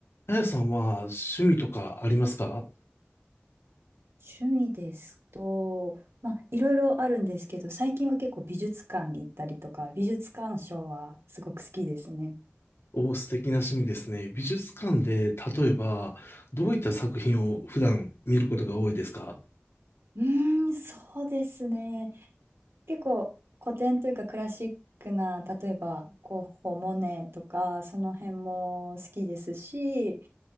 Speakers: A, on the left; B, on the right.
A: あやさんは趣味とかありますか
B: 趣味ですと、まあ、いろいろあるんですけど、最近は結構美術館に行ったりとか、美術鑑賞はすごく好きですね。
A: お、素敵な趣味ですね。美術館で、例えば、どういった作品を普段見ることが多いですか
B: うーん、そうですね。結構古典というかクラシックな、例えばゴッホ、モネとか、その辺も好きですし、